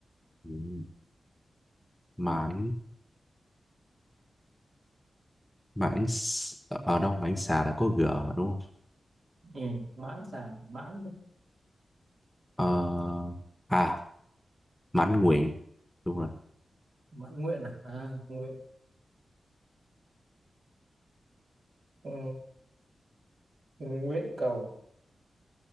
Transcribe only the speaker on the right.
ừ. mãn xà mãn
mãn nguyện à, à nguyện ừ. nguyện cầu